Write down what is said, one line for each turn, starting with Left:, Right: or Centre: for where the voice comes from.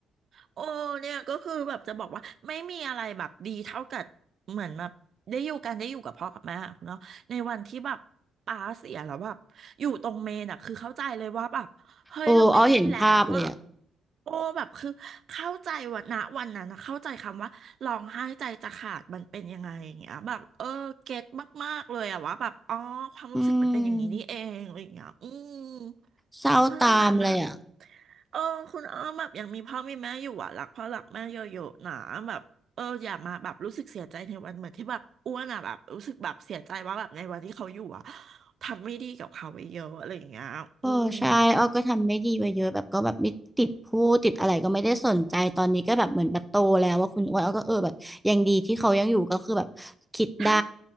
Right: โอ้เนี่ยก็คือแบบจะบอกว่าไม่มีอะไรแบบดีเท่ากับเหมือนแบบได้อยู่กันได้อยู่กับพ่อกับแม่อะคุณเนาะในวันที่แบบป้าเสียแล้วแบบอยู่ตรงเมนอะคือเข้าใจเลยว่าแบบเฮ้ยเราไม่มีแล้วว่ะ
Centre: โอ้เอาเห็นภาพเลยอ่ะ
Right: โอ้แบบคือเข้าใจวันนะวันนั้นนะเข้าใจคำว่าร้องไห้ใจจะขาดมันเป็นยังไงอย่างเงี้ยแบบเออเก็ตมากๆเลยอะว่าแบบอ๋อความรู้สึกมันเป็นอย่างนี้นี่เองอะไรอย่างเงี้ยอืม
Centre: อืมเศร้าตามเลยอ่ะ
Right: เพราะฉะนั้นนะเออคุณอ้อมแบบยังมีพ่อมีแม่อยู่อ่ะรักพ่อรักแม่เยอะๆนะแบบเอออย่ามาแบบรู้สึกเสียใจในวันเหมือนที่แบบอ้วนอ่ะแบบรู้สึกแบบเสียใจว่าแบบในวันที่เขาอยู่อ่ะทำไม่ดีกับเขาไปเยอะอะไรอย่างเงี้ยอืม
Centre: เออใช่อ้อก็ทำไม่ดีไปเยอะแบบก็แบบไม่ติดพูดติดอะไรก็ไม่ได้สนใจตอนนี้ก็แบบเหมือนแบบโตแล้วว่าคุณอ้วนอ้อก็เออแบบยังดีที่เขายังอยู่ก็คือแบบคิดได้
Right: <laughs> ใช่